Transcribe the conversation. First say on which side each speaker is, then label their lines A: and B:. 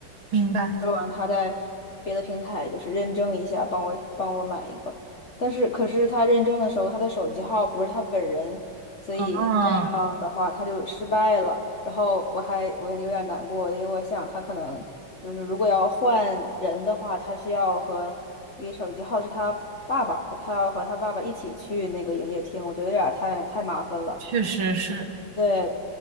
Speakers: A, on the right (about 65°); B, on the left (about 45°).
A: 明白。
B: 说完他在别的平台就是认证一下，帮我帮我买一个。但是可是他认证的时候，他的手机号不是他本人，所以这样的话他就失败了。
A: 嗯，
B: 然后我还我有点难过，因为我想他可能就是如果要换人的话，他需要和因为手机号是他爸爸，他要和他爸爸一起去那个营业厅，我觉得有点儿太太麻烦了。
A: 确实是。
B: 对，